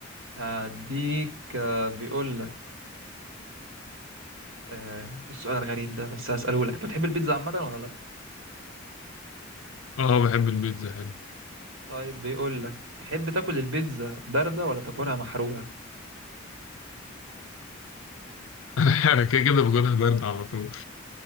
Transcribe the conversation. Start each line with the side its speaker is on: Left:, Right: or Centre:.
Right: هديك آه، بيقول لك آه، إيه السؤال الغريب ده بس هسأله لك أنت بتحب البيتزا عامة ولا لأ؟
Left: آه بحب البيتزا حلو
Right: طيب بيقول لك تحب تاكل البيتزا باردة ولا تاكلها محروقة؟
Left: <laughs> أنا كده كده باكلها باردة على طول